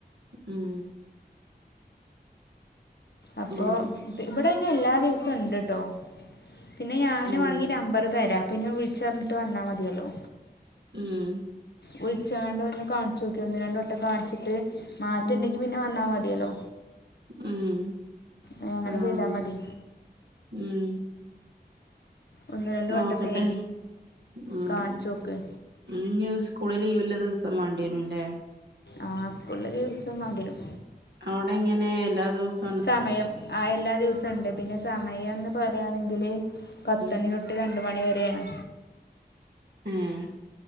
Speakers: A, on the right; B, on the left.
A: ഉം
B: അപ്പോ
A: ഉം
B: ഇവടെ അയിന് എല്ലാ ദിവസവും ഉണ്ട്ട്ടോ പിന്നെ ഞാന്
A: ഉം
B: വാണെങ്കി നമ്പറ് തരാ പിന്നെ വിളിച്ച് പർഞ്ഞിട്ട് വന്നാ മതിയല്ലോ
A: ഉം
B: വിൾച്ചാണ്ട് ഒന്ന് കാണിച്ചു നോക്ക്‌ ഒന്ന്, രണ്ട് വട്ടം കാണിച്ചിട്ട് മാറ്റണ്ടെങ്കി
A: ഉം
B: പിന്നെ വന്നാ മതിയല്ലോ
A: ഉം
B: ഏ, അങ്ങനെ
A: ആഹ്
B: ചെയ്താൽ മതി
A: ഉം
B: ഒന്ന് രണ്ട്
A: നോക്കട്ടെ
B: വട്ടമൊക്കെ
A: ഉം
B: കാണിച്ചു നോക്ക്
A: ഉം സ്കൂള് ലീവ്ല്ലേ ദിവസം വാണ്ടിവേരുംല്ലേ?
B: ആഹ് സ്കൂള്ള്ളെ ദിവസം മാണ്ടിരും
A: ഔടെ എങ്ങനെ എല്ലാ ദിവസം
B: സമയം ആഹ് എല്ലാ ദിവസവും ഇണ്ട് പിന്നെ സമയംന്ന് പറയാണെങ്കില് പത്ത്
A: ഉം
B: അണി തൊട്ട് രണ്ട് മണി വരെണ്
A: ഏഹ്